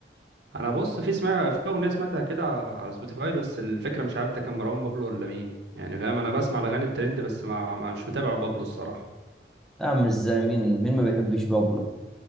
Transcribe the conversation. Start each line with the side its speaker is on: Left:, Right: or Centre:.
Right: انا بص في سمع في اغنيه سمعتها كده على سبوتيفاي بس الفكره مش عارف ده كان مروان بابلو ولا مين يعني فاهم انا بسمع الاغاني الترند بس ما... ما مش متابع بابلو الصراحه
Centre: يا عم ازاي مين مين ما بيحبش بابلو